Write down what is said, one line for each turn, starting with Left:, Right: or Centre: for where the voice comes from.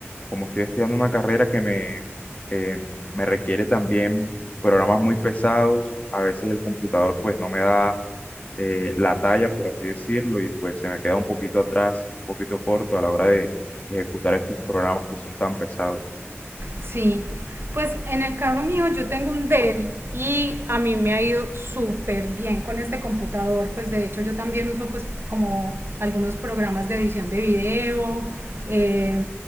Left: como estoy estudiando una carrera que me, eh, me requiere también programas muy pesados, a veces el computador pues no me da eh, la talla, por así decirlo, y pues se me queda un poquito atrás y un poquito corto a la hora de ejecutar estos programas que son tan pesados.
Right: Sí, pues en el caso mío yo tengo un Dell y a mí me ha ido súper bien con este computador, pues de hecho yo también uso pues como algunos programas de edición de video eh,